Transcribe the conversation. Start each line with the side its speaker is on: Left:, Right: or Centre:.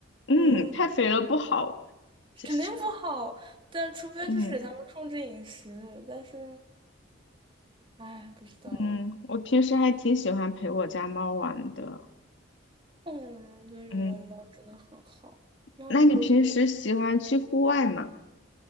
Left: 嗯，
Right: 嗯，
Left: 太肥了不好，其实，
Right: 肯定不好，但除非就是给他们控制饮食，
Left: 嗯
Right: 但是，哎，不知道，
Left: 嗯，我平时还挺喜欢陪我家猫玩的。
Right: 嗯，我觉得有猫猫真的很好，
Left: 嗯，
Right: 猫猫狗狗，
Left: 那你平时喜欢去户外吗？